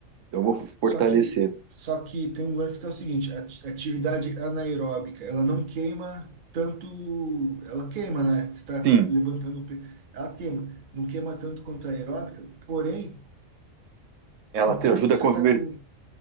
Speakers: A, on the right; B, on the right.
A: então, eu vou fortalecer.
B: Só que, só que tem um lance que é o seguinte, a ati- atividade anaeróbica, ela não queima tanto, ela queima, né? Você está
A: Sim,
B: levantando, o pe- ela queima, não queima tanto quanto a aeróbica, porém,
A: ela
B: enquanto
A: te ajuda
B: você
A: a converter
B: está com,